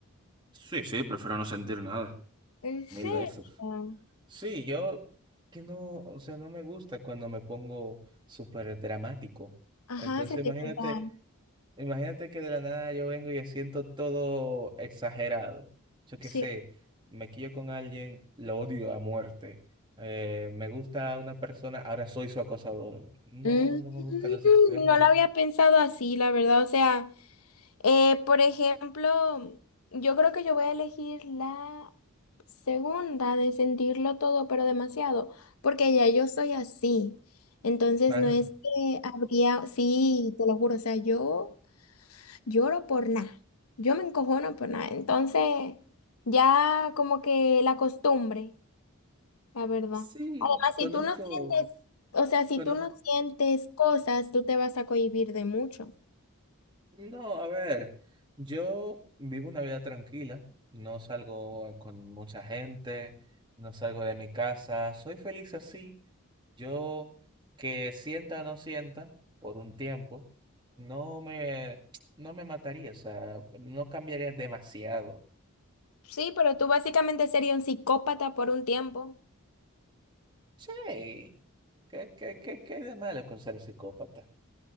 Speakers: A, on the right; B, on the left.
A: Sí, sí, prefiero no sentir nada.
B: ¿En
A: Mil
B: serio?
A: besos. Sí, yo que no, o sea, no me gusta cuando me pongo súper dramático.
B: Ajá,
A: Entonces,
B: sentimental.
A: imagínate. Imagínate que de la nada yo vengo y yo siento todo exagerado. Yo qué
B: Sí.
A: sé, me quillo con alguien, lo odio a muerte. Eh, me gusta una persona, ahora soy su acosador. No,
B: Mm,
A: no me gustan los extremos,
B: no lo
A: ¿no?
B: había pensado
A: <laughs>
B: así, la verdad, o sea. Eh, por ejemplo, yo creo que yo voy a elegir la segunda de sentirlo todo, pero demasiado, porque ya yo soy así. Entonces
A: Ah,
B: no es que habría, sí, te lo juro, o sea, yo lloro por nada, yo me encojono por nada. Entonces, ya como que la costumbre, la verdad.
A: sí,
B: Además,
A: conozco,
B: si tú no sientes, o sea, si
A: conozco.
B: tú no sientes cosas, tú te vas a cohibir de mucho.
A: No, a ver, yo vivo una vida tranquila, no salgo con mucha gente, no salgo de mi casa, soy feliz así. Yo que sienta o no sienta por un tiempo, no me, no me mataría, o sea, no cambiaría demasiado.
B: Sí, pero tú básicamente serías un psicópata por un tiempo.
A: Sí, ¿qué, qué, qué, qué de malo con ser psicópata?